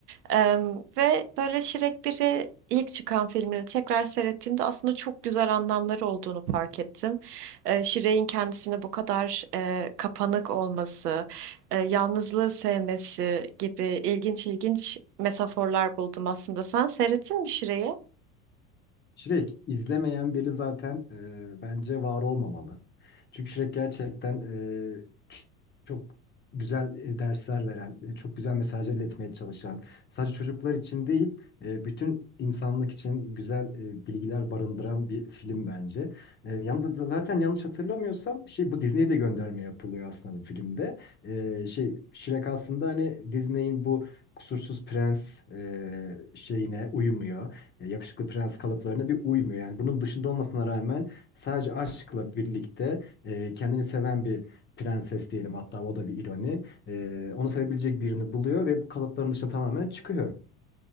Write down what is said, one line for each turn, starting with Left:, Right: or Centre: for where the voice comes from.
Right: Em, ve böyle Shrek 1'i ilk çıkan filmini tekrar seyrettiğimde aslında çok güzel anlamları olduğunu fark ettim. E, Shrek'in kendisine bu kadar e, kapanık olması, e, yalnızlığı sevmesi gibi ilginç ilginç metaforlar buldum aslında. Sen seyrettin mi Shrek'i?
Left: Shrek izlemeyen biri zaten e, bence var olmamalı. Çünkü Shrek gerçekten e, ç- çok güzel e, dersler veren, e, çok güzel mesajlar iletmeye çalışan, sadece çocuklar için değil, e, bütün insanlık için güzel e, bilgiler barındıran bir film bence. E, yalnız z- zaten yanlış hatırlamıyorsam şey bu Disney'e de gönderme yapılıyor aslında bu filmde. E, şey Shrek aslında hani Disney'in bu Kusursuz Prens e, şeyine uymuyor e, yakışıklı prens kalıplarına bir uymuyor. Yani bunun dışında olmasına rağmen sadece aşkla birlikte e, kendini seven bir prenses diyelim hatta o da bir ironi. E, onu sevebilecek birini buluyor ve bu kalıpların dışına tamamen çıkıyor.